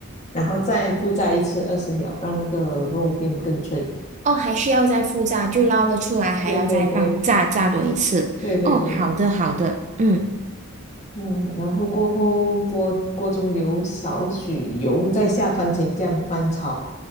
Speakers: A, on the left; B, on the right.
A: 然后再复炸一次二十秒，让那个肉变更脆。
B: 哦，还需要再复炸，就捞了出来，还要再放炸炸多一次。
A: 对对对对对对。
B: 哦，好的好的，嗯
A: 嗯，然后过后锅锅中留少许油，再下番茄酱翻炒，